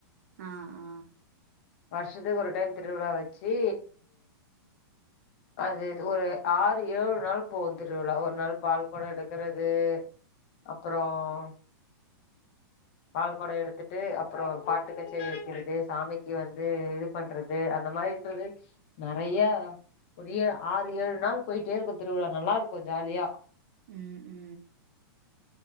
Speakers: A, on the right; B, on the left.
A: ஆ ஆ
B: வருஷத்துக்கு ஒரு டைம் திருவிழா வெச்சு அது ஒரு ஆறு ஏழு நாள் போவும் திருவிழா ஒரு நாள் பால் கொடோ எடுக்குறது அப்றோம் பால்கொடோ எடுத்துட்டு அப்றோம் பாட்டு கச்சேரி வெக்கிறது சாமிக்கு வந்து இது பண்றது அந்த மாரின்றது நறையா ஒரு ஏ ஆறு ஏழு நாள் போயிட்டே இருக்கும் திருவிழா நல்லா இருக்கு ஜாலியா
A: ம் ம்